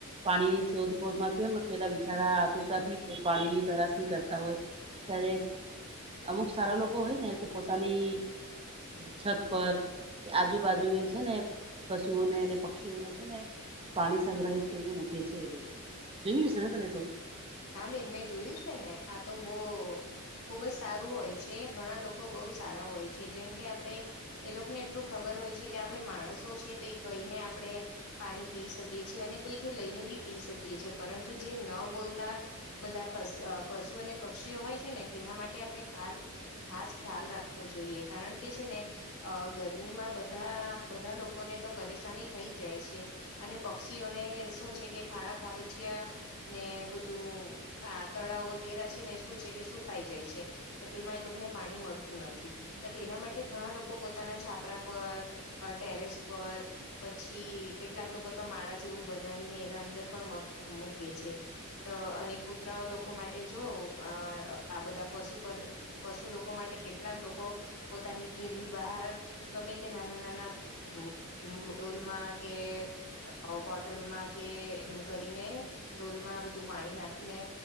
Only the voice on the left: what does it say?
હા બેન મેં જોયું છે ને આ તો બહુ ખુબ જ સારું હોય છે ઘણા લોકો બઉ સારા હોય છે જેમ કે આપણે એ લોકોને એટલું ખબર હોય છે કે આપણે માણસો છે તે કહીને આપણે પાણી પી શકીએ છીએ અને કોઈથી લઈને બી પી શકીએ છીએ પરંતુ જે ન બોલતા બધા પ પશુ અને પક્ષીઓ હોય છે ને તેના માટે આપણે ખાલ ખાસ ખ્યાલ રાખવો જોઈએ કારણ કે છે ને અ ગરમીમાં બધા બધા લોકોને તો પરેશાની થઈ જાય છે. અને પક્ષીઓને શું છે કે ખાડા ખાબુચિયા ને બ ધું આ તળાવ વગેરે છે ને શું છે કે શું ખાઈ જાય છે. તો તેમાં એ લોકોને પાણી મળતું નથી તો તેના માટે ઘણા લોકો પોતાના છાપરા પર અ ટેરેસ પર પછી કેટલાક લોકો તો માળા જેવું બનાવીને એના અંદર પણ મગ મૂકે છે. તો અને કૂતરાઓ લોકો માટે જોવ અ આ બધા પશુ પણ પશુ લોકો માટે કેટલાક લોકો પોતાની ઘેરની બહાર ગમે તે નાના નાના હમ્મ ડોલમાં કે અ બોટલમાં કે એમ કરીને ડોલમાં બધું પાણી નાખીને